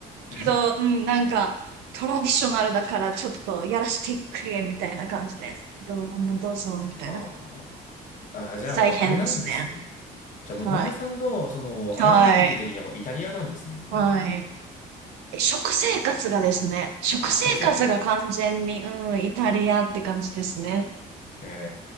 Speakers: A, on the right (about 85°); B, on the left (about 45°).
A: けど、
B: え。
A: うん、なんか、トラディショナルだからちょっとやらしてくれ、みたいな感じで。どうもどうぞ、みたいな。
B: あーあー、じゃあもう、
A: 大変ですね。
B: あれなんですね。じゃあもう、
A: はい。
B: 旦那さんの、その、
A: はい。
B: アイデンティティ的にはもう、イタリアなんですね、完全に。
A: はい。え食生活がですね、食生活が完全に、
B: あ、食生活だよ。
A: うん、イタリアって感じですね。
B: え